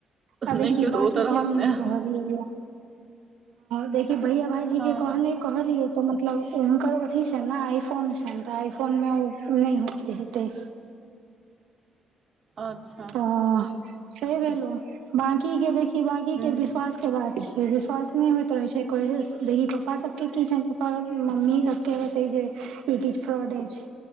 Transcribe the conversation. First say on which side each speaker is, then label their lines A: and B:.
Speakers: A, on the right; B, on the right.
A: आ देखी
B: नहि कियो
A: बाकी
B: तऽ ओ तऽ
A: के
B: रहत
A: हम नहि
B: ने।
A: कहलियै हँ देखि भैया-भइजी
B: हँ
A: के कहने। कहलियै तऽ मतलब हुनकर अथी छनि ने आइ फोन छनि तऽ आइ फोन में ओ नहि होत, हेतै।
B: <inaudible> अच्छा
A: ओ सही भेलो बाँकी के देख। बाँकी
B: हूँ
A: के विश्वास के बात छै। विश्वास नहि होइत रहै छै, पप्पा सभके की छनि पप्पा- मम्मी सभके हेतै जे। ई किछ फ्रॉड अछि,